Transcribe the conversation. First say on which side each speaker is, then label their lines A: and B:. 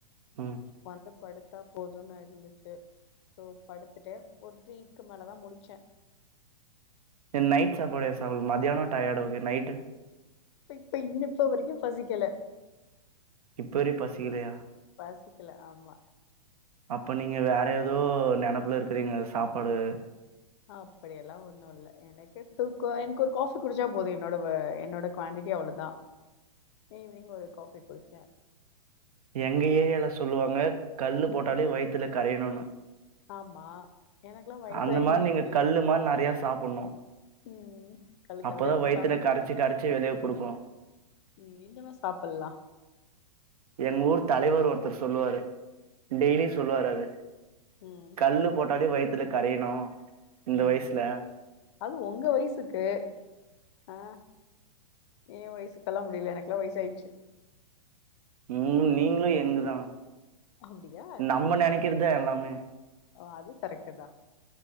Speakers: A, on the right; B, on the left.
A: ம்
B: வந்து படுத்தா போதுன் இருந்துச்சு சோ படுத்துட்டு ஒரு த்ரீ க்கு‌ மேலதா முழிச்சே
A: தென் நைட் சாப்பாடு ஏ சாப் மத்தியானோ டயர்ட்‌ ஓகே நைட்டு
B: இப்ப இன் இப்ப வரைக்கு பசிக்கல
A: இப்ப வரையூ பசிக்கலையா
B: பசிக்கல ஆமா
A: அப்ப நீங்க வேற எதோ நெனப்புல இருக்கறீங்க சாப்பாடு
B: அப்படியெல்லா ஒண்ணு இல்ல எனக்கே தூக்கோ எனக்கு ஒரு காபி குடிச்சா போது என்னோட வெ என்னோட குவாடிட்டி அவ்ளோ தா ஈவினிங் ஒரு காபி குடிச்ச
A: எங்க ஏரியால சொல்லுவாங்க கல்லு போட்டாலே வயித்துல கரையணுன்னு
B: ஆமா எனக்குல்லா வயசாயிடுச்சு
A: அந்த மாறி
B: தம்பி
A: நீங்க கல்லு மார் நறையா சாப்பண்ணு
B: ம் கல்லுக்கெல்லா
A: அப்பதா
B: எடுத்து
A: வயித்துல
B: சாப்ட்ருவோ
A: கரச்சு
B: நம்ம
A: கரச்சு வெளிய குடுக்கு
B: ம் இன்னமா சாப்பல்லா
A: எங் ஊர் தலைவர் ஒருத்தரு சொல்லுவாரு டெய்லியு சொல்லுவாரு அது
B: ம்
A: கல்லு போட்டாலியு வயித்துல கரையணு இந்த
B: ம்
A: வயசுல
B: அது ஒங்க வயசுக்கு அ ஏ வயசுக்கல்லா அப்டி இல்ல எனக்ல்லா வயச்யாயிச்சு
A: ம் நீங்ளு யங்கு தா
B: அப்டியா
A: நம்ம நெனைக்றதுதா எல்லாமே
B: ஓ அது கரெக்ட்டு தா